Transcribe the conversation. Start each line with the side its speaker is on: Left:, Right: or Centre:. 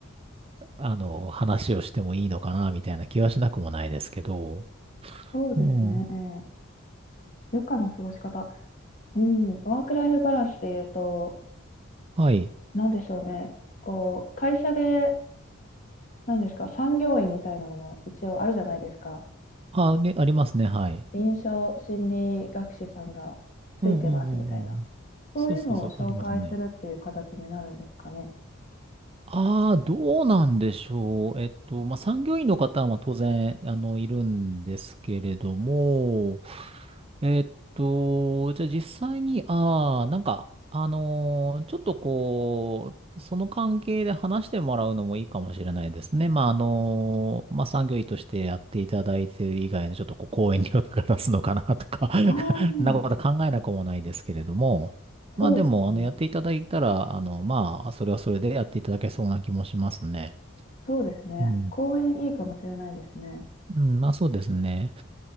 Right: あの、話をしてもいいのかな、みたいな気はしなくもないですけど、
Left: そうですね。
Right: うん。
Left: 余暇の過ごし方。うん。ワークライフバランスで言うと、
Right: はい。
Left: なんでしょうね。こう、会社で、なんですか、産業医みたいなのも一応あるじゃないですか。
Right: あ、ね、ありますね、はい。
Left: 臨床心理学士さんがついてますみたいな。
Right: うんうんうんうん。
Left: そういうのを紹介するっていう形になるんですかね。
Right: そうそうそう、ありますね。ああ、どうなんでしょう。えっと、まあ、産業医の方は当然、あの、いるんですけれども、えっと、じゃあ実際に、ああ、なんか、あのーちょっとこう、その関係で話してもらうのもいいかもしれないですね。まあ、あのーまあ、産業医としてやっていただいている以外のちょっとこう、講演料とか出すのかなとか <laughs>
Left: ああ、
Right: そんなこと考えなくもないですけれども、まあでも、
Left: そうですね。
Right: あの、やっていただいたら、あの、まあ、それはそれでやっていただけそうな気もしますね。
Left: そうですね。
Right: うん。
Left: 講演いいかもしれないですね。
Right: うん、まあそうですね。